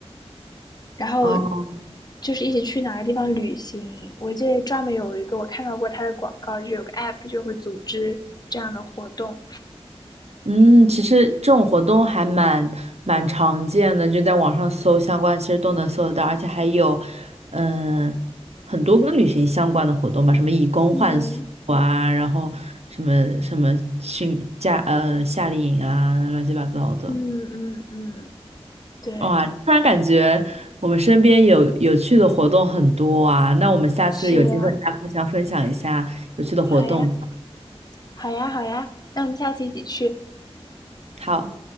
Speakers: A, on the left; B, on the right.
A: 然后
B: 哦，
A: 就是一起去哪个地方旅行。我记得专门有一个我看到过它的广告，就是有个 app 就会组织这样的活动。
B: 嗯，其实这种活动还蛮蛮常见的，就在网上搜相关，其实都能搜得到，而且还有，嗯，很多跟旅行相关的活动吧，什么以工换宿啊，
A: 嗯
B: 然后什么什么训假呃夏令营啊，乱七八糟的。
A: 嗯嗯嗯，对，
B: 哇，突然感觉我们身边有有趣的活动很多啊，那我们下次有机会再互相分享一下有趣的活动吧。
A: 是啊，好呀，好呀，好呀，那我们下次一起去。
B: 好。